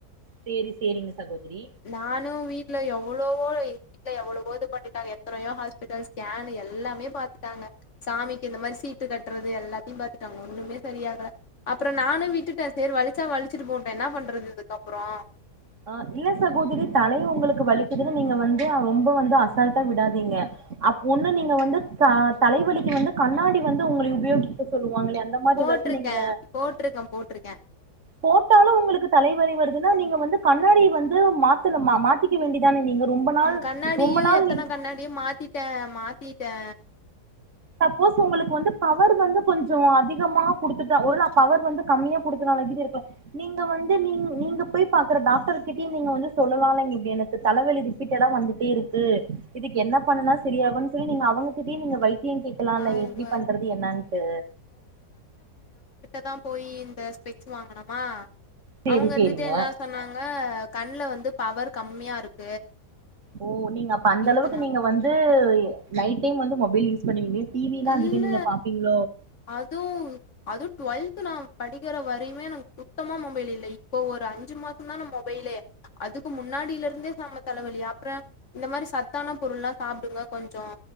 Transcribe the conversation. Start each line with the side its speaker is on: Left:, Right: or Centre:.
Right: சேரி சேரிங்க சகோதரி
Left: நானு வீ வீட்டுல எவ்ளோவோ வீட்ல எவ்வளவோ இது பண்ணிட்டாங்க எத்தனையோ ஹாஸ்பிட்டல் ஸ்கேனு எல்லாமே பாத்துட்டாங்க சாமிக்கு இந்த மாரி சீட்டு கட்டுறது எல்லாத்தையு பாத்துட்டாங்க ஒண்ணுமே சரியாகல அப்புற நானு விட்டுட்ட சரி வலிச்சா வலிச்சிட்டு போட்டு என்ன பண்றது இதுக்கப்புறோ
Right: ஆ இல்ல சகோதரி தலை உங்களுக்கு வலிக்குதுன் நீங்க வந்து ரொம்ப வந்து அசால் விடாதீங்க அ ஒன்னு நீங்க வந்து ஆ தா தலைவழிக்கு வந்து கண்ணாடி வந்து உங்களை உபயோகிக்க சொல்லுவாங்களே அந்த மாரி
Left: போட்டிருக்கேன்
Right: ஏதச்சு நீங்க
Left: போட்டிருக்கேன் போட்டிருக்கேன்
Right: போட்டாலு உங்களுக்கு தலைவலி வ ட்ரு ன்னா நீங்க வந்து கண்ணாடிய வந்து மாத்தனுமா மாத்திக்க வேண்டிதான நீங்க ரொம்ப நாள்
Left: கண்ணாடியு
Right: ரொம்ப நாள்
Left: எத்தன
Right: நீங்க
Left: கண்ணாடியு மாத்திட்ட மாத்தி யே
Right: சப்போஸ் உங்களுக்கு வந்து பவர் வந்து கொஞ்சோ அதிகமா குடுத்துட்டா ஒரு ளா பவர் வந்து கம்மியா குடுத்தனால கீது இருக்கலா நீங்க வந்து நீ நீங்க போய் பாக்குற டாக்டர் கிட்டயே நீங்க வந்து சொல்லலாலைங்க இப்டி எனக்கு தலவலி ரிப்பீட்டடா வந்துட்டே இருக்கு இதுக்கு என்ன பண்ணனா செரி ஆகுன் சொல்லி நீங்க அவுங்ககிட்டயே நீங்க வை கேக்கலா இல்ல
Left: அவங்க
Right: எப்டி பண்றது என்னான்ட்டு
Left: தா போய் இந்த ஸ்பெக்ஸ் வாங்கனமா
Right: சேரி
Left: அவுங்க இருந்துட்டு
Right: சேரிங்க
Left: என்ன சொன்னாங்க அப்ப கண்ல வந்து பவர் கம்மியா இருக்
Right: ஓ நீங்க அப்ப அந்த அளவுக்கு
Left: சொன்னாங்க
Right: நீங்க வந்து நைட் டைம் வந்து மொபைல் யூஸ் பண்ணுவீங்க டிவிலா
Left: இல்ல
Right: அதிகோ நீங்க பாப்பீங்களோ
Left: அது அதுவு டுவெல்த நா படிக்கிற வரையுமே நமக்கு சுத்தமா மொபைல் இல்ல இப்போ ஒரு அஞ்சு மாச தா நா மொபைலே அதுக்கு முன்னாடிலே இருந்தே செம தலவலி அப்புறம் இந்த மாரி சத்தான பொருள்லாம் சாப்டுங்க கொஞ்ச